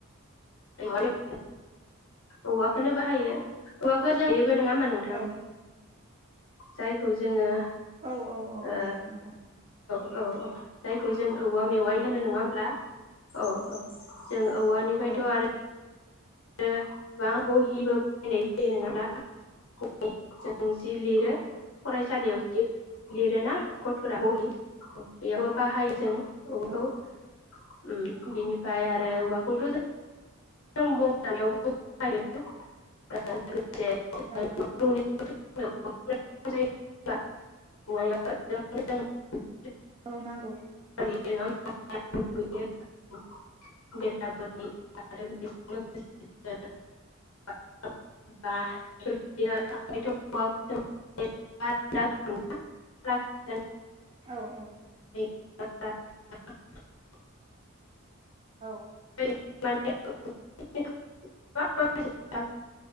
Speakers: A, on the left; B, on the right.
A: <unintelligible> औवाखौनो बाहायो औवाखौ जों बो नङा होमबा नोंथां
B: औ
A: जायखौ जोङो
B: औ औ औ
A: ओ
B: जायो नोंथां
A: औ औ जायखौ जों औवा मेवाइ होनो नङा होमब्ला औ औ जों औवानिफायथ
B: औ
A: आरो आरो गोबां बहिबो बायनाय जायो नङाब्ला <unintelligible> जि लिरो
B: औ
A: फरायसालियाव दि लिरोना गथरा बहि बेयावबो बाहायो जों औवाखौ
B: औ
A: उम बिनिफाय आ ओवाखौथ' जों जों <unintelligible>
B: औ
A: <unintelligible> <unintelligible>
B: औ नांगौ
A: <unintelligible> <unintelligible>
B: औ औ
A: <unintelligible>
B: औ
A: <unintelligible>